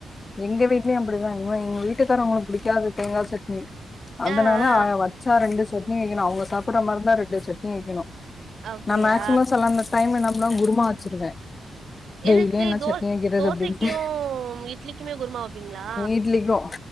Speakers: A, on the left; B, on the right.
A: எங்க வீட்லயும் அப்புடிதா என்மோ எங்க வீட்டுக்காரவங்களுக்கு புடிக்காது தேங்காசட்னி அதனால
B: ஆ ஆ
A: வச்சா ரெண்டு சட்னி வக்கினு அவுங்க சாப்பிடுற மாறிந்தா ரெண்டு சட்னி வக்கிணும்
B: அப்டியா
A: நா மேக்சிமம் செல்ல அந்த டைம் என்னா பண்ணுவே குருமா வச்சிருவே டெய்லி
B: எதுக்கு
A: என்ன
B: தோஸ்
A: சட்னி வைக்கிறது
B: தோசக்கும்
A: அப்டின்ட்டு
B: இட்லிக்குமே குருமா வப்பீங்களா
A: இட்லிக்கு